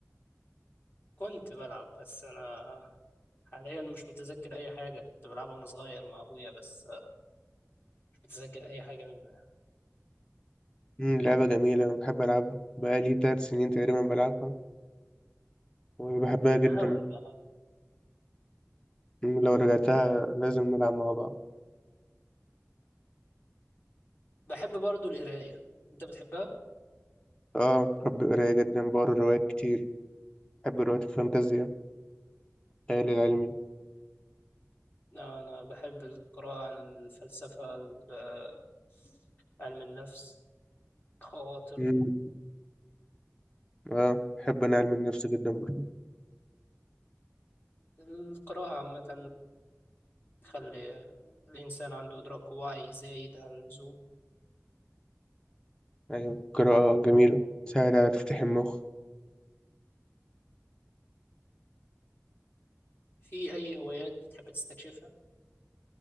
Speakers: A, on the left (about 40°); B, on the left (about 15°).
A: كنت بلعب بس أنا حاليا مش متذكر اي حاجه كنت بلعبها وانا صغير مع ابويا بس آه، مش متذكر اي حاجه منها
B: امم لعبة جميلة انا بحب العبها بقالي تلات سنين تقريبا بلعبها وبحبها جدا
A: احاول ارجع
B: مم، لو رجعتها لازم نلعب مع بعض
A: بحب برضو القرايه انت بتحبها
B: اه بحب القراية جدا بقرا روايات كتير بحب روايات الفانتازيا الخيال العلمي
A: انا بحب القراءه عن الفلسفه ال- آه، علم النفس خواطر
B: امم اه بحب انا علم النفس جدا برضو
A: القراءه عامه تخلي الانسان عنده ادراك واعي زايد عن اللزوم
B: ايوه قراءة جميلة تساعد على تفتح المخ
A: في اي هوايات بتحب تستكشفها